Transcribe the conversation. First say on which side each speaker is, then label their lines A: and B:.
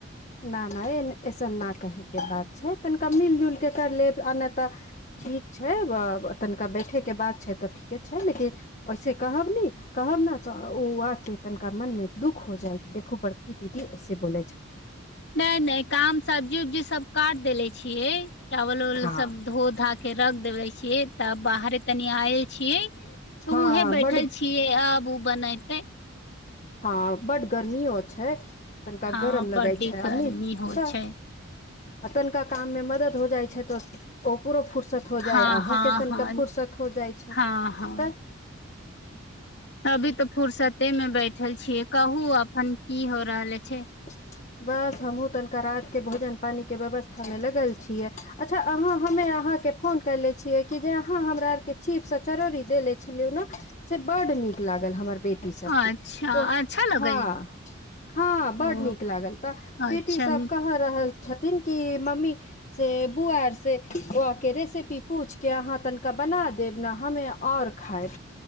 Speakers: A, on the left; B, on the left.
A: न न अऐसन न कहयके बात छै तनिका मिल जुलि कऽ कर लेब आ नय तऽ। ठीक छै तनिका बैठेके बात छै तऽ ठीके छै लेकिन ओैसे कहब नी। कहब ने तऽ ओ वाकके तनिका मनमे दुःख हो जाइ देखू बड़की दीदी ऐसे बोलै छथिन
B: न न काम सब्जी उब्जी सब काट देले छियै चावल उवल
A: हँ
B: सब धो धा। के रख देबै छीयै त बाहरे तनी आयल छी तऽ
A: हँ
B: उहे बैठल
A: बड
B: छीय आबू बनैयतै।
A: हँ बड गर्मीओ छै। तनिका
B: हँ
A: गरम लगै
B: बड्डी
A: छै।
B: गर्मी
A: अमी
B: होइ
A: सह
B: छै
A: आ तनिका काम मे मदद हो जाय छै तो ओकरो फुर्सत हो
B: हँ
A: जाय अहूं
B: हँ
A: के तनका
B: हँ
A: फुुरसत हो जाइ छै
B: हँ हँ
A: तऽ
B: अभी तऽ फुर्सते मे बैठल छीय। कहू अपन की हो रहल छै।
A: <inaudible> बस हमहुँ तनिका रात के भोजन पानी के व्यवस्था मे लगल छियै। अच्छा अहाँ हमे अहाँ के फोन कयले छियै। कि जे अहाँ हमरा आरके चीपसँ चरौड़री देनेे छलियै। न से बड नीक लागल हमर बेटी सबके
B: अच्छा
A: तो
B: अच्छा लगै
A: हँ हँ बड्ड
B: ओ
A: नीक लागल तऽ बेटी
B: अच्छा
A: सब कह रहल छथिन। कि मम्मी से बुआर से बुआके रेसिपी पूछि के अहाँ तनिका बना देब न हमे आओर खायब